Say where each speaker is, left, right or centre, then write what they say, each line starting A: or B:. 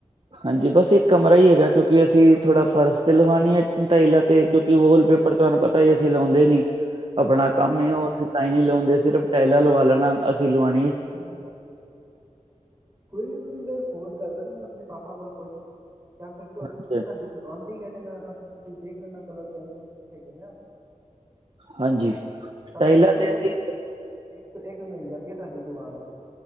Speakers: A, on the right; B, on the right.
A: ਹਾਂਜੀ! ਬਸ ਇੱਕ ਕਮਰਾ ਹੀ ਹੈਗਾ ਕਿਉਂਕਿ ਅਸੀਂ ਥੋੜ੍ਹਾ ਫਰਸ ਤੇ ਲਵਾਉਣੀ ਹੈ ਟਾਈਲਾਂ ਤੇ ਕਿਉਂਕਿ ਵੋਲ ਪੇਪਰ ਤੁਹਾਨੂੰ ਪਤਾ ਹੈ ਅਸੀਂ ਲਾਉਂਦੇ ਨਹੀਂ ਆਪਣਾ
B: ਹਾਂਜੀ
A: ਕੰਮ ਹੀ ਹੈ ਉਹ
B: ਹਾਂਜੀ
A: ਅਸੀਂ ਤਾਂਹੀ। ਕਿ ਲਾਉਂਦੇ ਸਿਰਫ਼ ਟਾਇਲਾਂ ਲਵਾ ਲੈਣਾ। ਅਸੀ ਲਵਾਣੀ
B: ਹਾਂਜੀ! ਹਾਂਜੀ! ਕੋਈ ਨੀ ਤੁਸੀਂ ਮੈਨੂੰ ਫੋਨ ਕਰ ਦੇਣਾ ਮੈਂ ਆਪਣੇ ਪਾਪਾ ਕੋਲ ਪੁੱਛ ਕੇ। ਜਾਂ ਫਿਰ
A: ਹਾਂਜੀ
B: ਸਾਡੀ ਦੁਕਾਨ ਤੇ ਈ ਆ ਜਾਣਾ, ਤੁਸੀਂ ਦੇਖ ਲੈਣਾ ਕਲਰ ਕੋਣ ਸਾ ਹੈਗਾ ਨਾ।
A: ਹਾਂਜੀ।
B: ਕਲਰ
A: ਟਾਇਲਾਂ
B: ਤਾਂ ਤਾਨੂੰ
A: ਤੇ ਅਸੀਂ
B: ਇੱਕ ਤੋਂ ਇੱਕ ਮਿਲ ਜਾਣਗੇ ਸਾਡੀ ਦੁਕਾਨ ਤੇ।